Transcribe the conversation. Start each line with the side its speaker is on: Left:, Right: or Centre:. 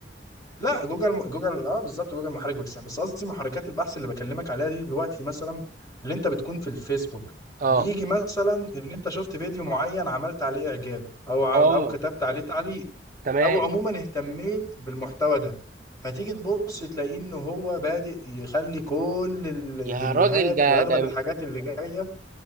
Left: لا جوجل جوجل اه بالظبط جوجل محرك بحث بس قصدي محركات البحث اللي بكلمك عليها دي دلوقتي مثلا اللي انت بتكون في الفيسبوك
Right: اه
Left: بيجي مثلا ان انت شفت فيديو معين عملت عليه اعجاب او ع-
Right: اه
Left: او كتبت عليه تعليق
Right: تمام
Left: او عموما اهتميت بالمحتوى ده فتيجي تبص تلاقيه ان هو بادئ يخلي كل الفيديوهات
Right: يا راجل ده
Left: واغلب
Right: ده
Left: الحاجات اللي جايه